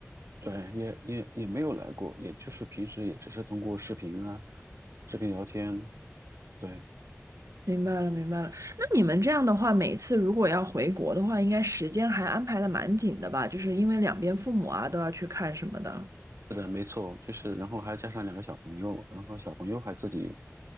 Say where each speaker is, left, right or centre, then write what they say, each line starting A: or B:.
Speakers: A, on the right; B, on the right.
A: 对，也也也没有来过，也就是平时也只是通过视频啊，视频聊天。对，
B: 明白了，明白了。那你们这样的话，每次如果要回国的话，应该时间还安排的蛮紧的吧？就是因为两边父母啊都要去看什么的。
A: 是的，没错，就是然后还加上两个小朋友，然后小朋友还自己，